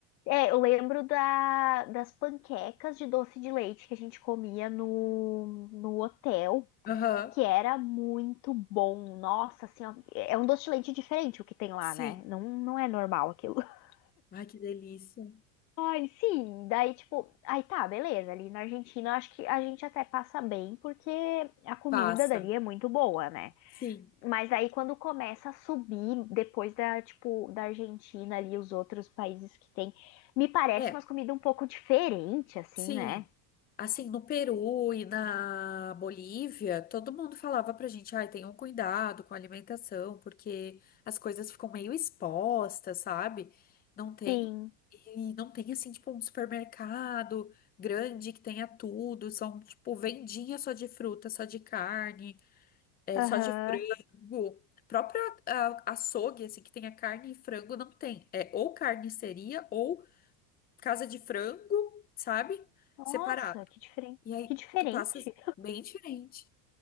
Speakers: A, on the left (about 90°); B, on the left (about 20°).
A: É, eu lembro da, das panquecas de doce de leite que a gente comia no, no hotel.
B: Aham.
A: que era muito bom. Nossa senhora, é um doce de leite diferente o que tem lá,
B: Sim.
A: né? Não, não é normal aquilo. <laughs>
B: Ai, que delícia.
A: Ai, sim, daí tipo, aí tá, beleza, ali na Argentina acho que a gente até passa bem porque a comida
B: Passa.
A: dali é muito boa, né?
B: Sim.
A: Mas aí quando começa a subir depois da, tipo, da Argentina ali os outros países que tem, me parece
B: É.
A: umas comidas um pouco diferente assim,
B: Sim,
A: né?
B: assim, no Peru e na Bolívia, todo mundo falava pra gente, ai, tenham cuidado com a alimentação, porque as coisas ficam meio expostas, sabe? Não tem,
A: Sim.
B: e não tem, assim, tipo, um supermercado grande que tenha tudo, são, tipo, vendinha só de fruta, só de carne, é,
A: Aham.
B: só de frango. Próprio a- açougue, assim, que tenha carne e frango, não tem. É ou carniceria ou casa de frango, sabe?
A: Nossa,
B: separado.
A: que diferente.
B: E aí
A: Que diferente.
B: tu passa bem diferente.